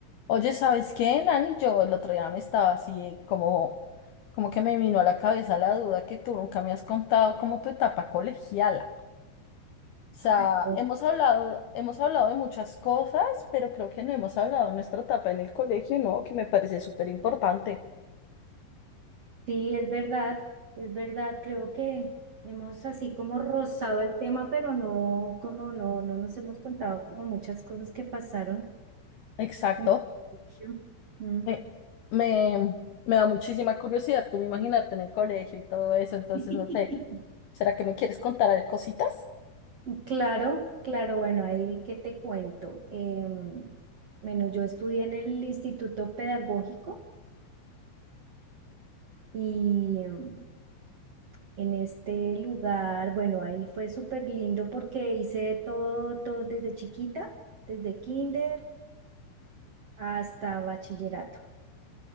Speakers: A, on the left; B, on the right.
A: Oye, ¿sabes qué, Nani? Yo el otro día me estaba así eh, como, como que me vino a la cabeza la duda que tú nunca me has contado como tu etapa colegiala. O sea,
B: Ay, por-
A: hemos hablado, hemos hablado de muchas cosas, pero creo que no hemos hablado de nuestra etapa en el colegio, ¿no? Que me parece súper importante.
B: Sí, es verdad, es verdad, creo que hemos así como rozado el tema, pero no, como no, no nos hemos contado como muchas cosas que pasaron
A: Exacto.
B: en el colegio. Mm.
A: Me, me, me da muchísima curiosidad como imaginarte en el colegio y todo eso, entonces
B: <laughs>
A: no sé, ¿será que me quieres contar a- cositas?
B: Claro, claro, bueno, ahí qué te cuento. Em, bueno, yo estudié en el Instituto Pedagógico y, em, en este lugar. Bueno, ahí fue súper lindo porque hice todo, todo desde chiquita, desde kinder hasta bachillerato.